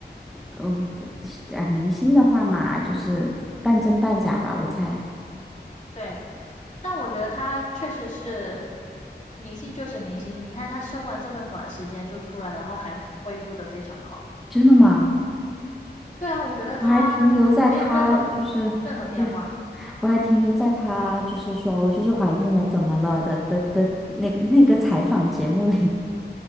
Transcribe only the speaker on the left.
对，但我觉得他确实是明星就是明星，你看他生完这么短时间就出来，然后还恢复的非常好。
对啊，我觉得他嗯没有任何
任何变化。